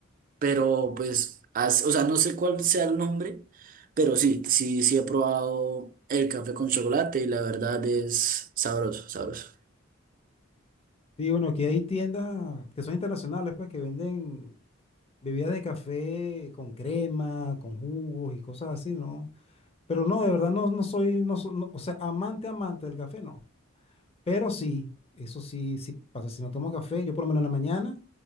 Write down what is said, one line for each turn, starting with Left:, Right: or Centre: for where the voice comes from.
Right: pero pues, as- o sea, no sé cuál sea el nombre, pero sí, sí, sí he probado el café con chocolate y la verdad es sabroso, sabroso.
Left: Y bueno, que hay tiendas que son internacionales, pues, que venden bebidas de café con crema, con jugos y cosas así, ¿no? Pero no, de verdad no, no soy, no, so- no, o sea, amante, amante del café, no. Pero sí, eso sí, sí pasa. Si no tomo café, yo por lo menos en la mañana